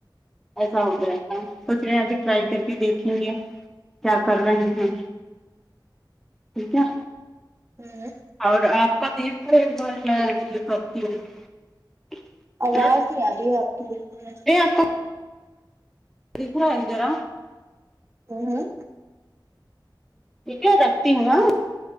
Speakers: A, in the centre; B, on the right.
A: ایسا ہو گیا تھا سوچ رہے ہیں ابھی ٹرائی کر کے دیکھیں گے کیا کر رہے ہیں ٹھیک ہے
B: ہوں
A: اور آپ کا دیر کو ہے وہ میں یہ کرتی ہوں <unintelligible>
B: آواز
A: میں
B: نہیں آ رہی ہے آپ کی بالکل
A: آپ کو دیکھ رہا ہے ذرا
B: کون ہے
A: ٹھیک ترکھتی ہوں آں